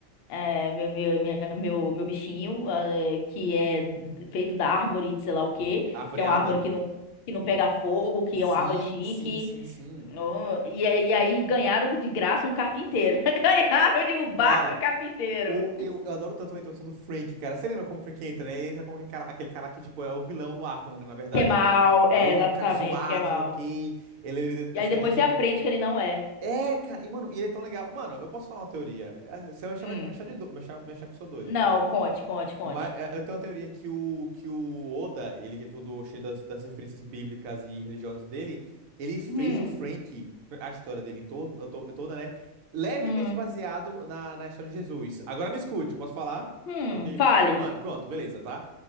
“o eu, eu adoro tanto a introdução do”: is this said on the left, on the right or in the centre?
Right